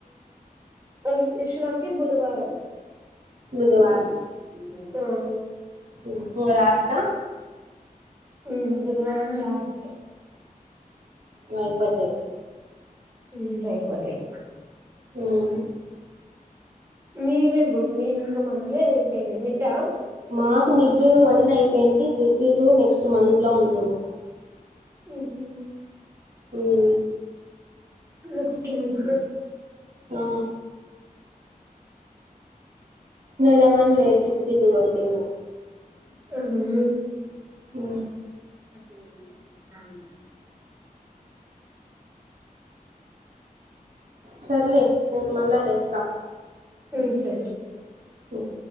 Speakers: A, on the right; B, on the right.
A: అ విషు గానికి బుధవారం
B: బుధవారం
A: ఆ
B: ఇంగ లాస్టా
A: హ్మ్ బుధవారం లాస్ట్
B: వల్పతే
A: హ్మ్ అయిపోతాయ్
B: ఉహం
A: మీవి ఎప్పుడూ మీవి కూడా మొన్ననే అయిపోయినాయ్ మిడా
B: మాకు మిడ్ వన్ అయిపోయింది మిడ్ టూ నెక్స్ట్ మంత్ లో ఉంటుంది
A: ఉహం
B: ఉమ్
A: నెక్స్ట్ మంత్
B: ఆ నెలకని లేదు తిప్పి తిప్పి కొడతే ఇంకా
A: ఊహ
B: ఉ
A: అ
B: సర్లే నెన్ మల్లా చేస్తా
A: హ్మ్ సరే
B: ఉమ్